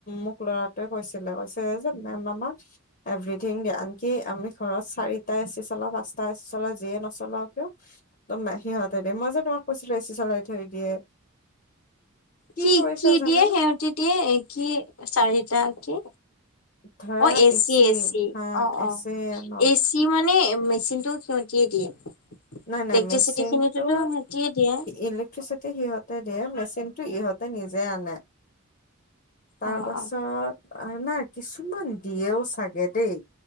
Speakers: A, on the left; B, on the left.
A: মোক ল'ৰাটোৱে কৈছিলে, কৈছে যে মেম আমাক এভ্ৰীথিং দিয়ে, আনকি আমি ঘৰত চাৰিটা এচি চলাওঁ, পাঁচটা এ চি চলাওঁ, যিয়ে নচলাও কিয় <unintelligible> মই যে তোমাক কৈছিলো, এচি চলাই থৈ দিয়ে।
B: কি
A: কৰিছে
B: কি
A: জানানে
B: দিয়ে, সেহতি দিয়ে, কি চাৰিটা, কি?
A: ধৰা
B: অ, এচি, এচি,
A: হা
B: অ, অ,
A: এচি নল
B: এচি মানে মানে মেচিনটো সিহতিয়ে দিয়ে।
A: নাই, নাই,
B: ইলেক্ট্ৰিচিটি
A: মেচিনটো
B: খিনিতোতো সিহঁতিয়ে দিয়ে।
A: ইলেক্ট্ৰিচিটি সিহঁতে দিয়ে, মেচিনটো ইহঁতে নিজেই আনে। তাৰপাছত
B: অ',
A: নাই কিছুমান দিয়েও চাগে দেই।